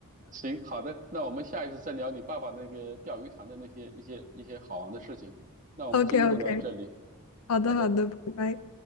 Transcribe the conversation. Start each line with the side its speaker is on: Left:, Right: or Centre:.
Right: 行，好的，那我们下一次再聊你爸爸那个钓鱼塘的那些一些一些好玩的事情。那我们今天就聊到这里，
Left: OK OK，好的好的，
Right: 好的。
Left: 拜拜。